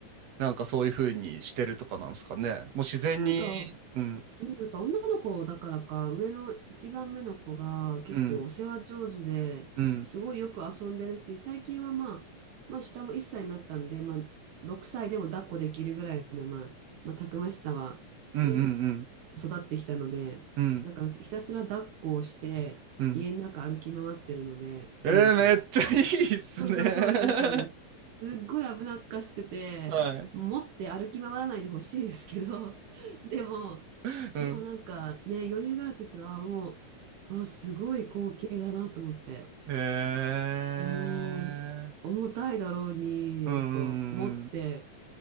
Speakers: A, on the right (about 60°); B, on the right (about 80°).
A: なんかそういう風にしてるとかなんですかね。もう自然に、
B: なんか、
A: うん、
B: うん、やっぱ女の子だからか、上の一番目の子が結構お世話上手で、
A: うん、うん、
B: すごいよく遊んでるし、最近はまあ、まあ下も1歳になったんで、まあ6歳でも抱っこできるぐらいの、まあ、まあ、たくましさはね、
A: うんうん
B: 育ってきたので、
A: うん、うん、
B: だからひたすら抱っこをして、
A: うん。
B: 家の中歩き回ってるので、
A: えー、
B: お姉ちゃん
A: めっちゃいいっすね。
B: そうそうそうです、そうです。すっごい危なっかしくて、
A: <laughs> はい。
B: 持って歩き回らないでほしいですけど、<laughs> でも、
A: うん
B: でもなんかね、余裕があるときはもう、わ、すごい光景だなと思って。
A: ええ
B: もう、重たいだろうに、
A: うん、
B: やっぱ持って、